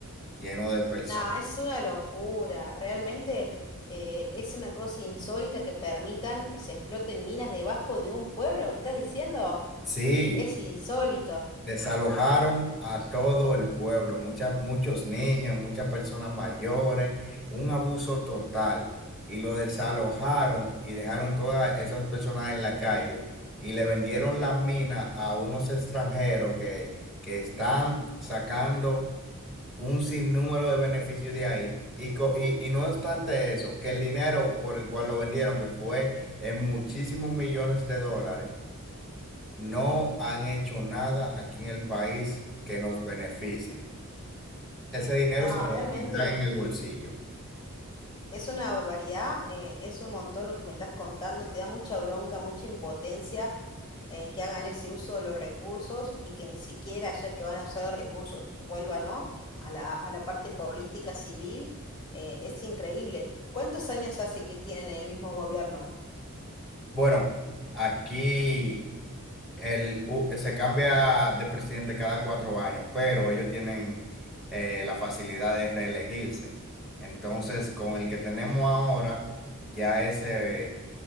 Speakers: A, in the centre; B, on the left (about 20°).
A: lleno de personas.
B: No, es una locura. Realmente eh, es una cosa insólita que permitan que se exploten minas debajo de un pueblo, ¿me estás diciendo?
A: Sí,
B: Es insólito.
A: desalojaron a todo el pueblo, muchas, muchos niños, muchas personas mayores, un abuso total. Y lo desalojaron y dejaron todas esas personas en la calle y le vendieron la mina a unos extranjeros que, que están sacando un sinnúmero de beneficios de ahí. Y, co- y, y no obstante eso, que el dinero por el cual lo vendieron, que fue en muchísimos millones de dólares, no han hecho nada aquí en el país que nos beneficie. Ese dinero
B: No,
A: se lo
B: realmente
A: tendrán en el bolsillo.
B: es una barbaridad. eh, es un montón lo que me estás contando. Te da mucha bronca, mucha impotencia eh, que hagan ese uso de los recursos y que ni siquiera, ya que van a usar los recursos, vuelvan, ¿no? a la, a la parte política civil. eh, es increíble. ¿Cuántos años hace que tienen en el mismo gobierno?
A: Bueno, aquí el, u- se cambia de presidente cada cuatro años, pero ellos tienen eh, la facilidad de reelegirse. Entonces, con el que tenemos ahora, ya ese...